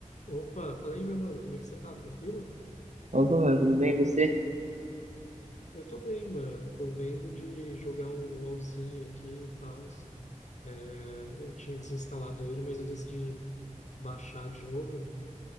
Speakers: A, on the left; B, on the right.
A: Opa, fala aí, meu mano, como é que você tá? Tranquilo?
B: Opa, mano, tudo bem? E você?
A: Eu tô bem, mano. Tô vendo de jogar um LoLzinho aqui e tal. É, eu tinha desinstalado ele, mas eu decidi baixar de novo.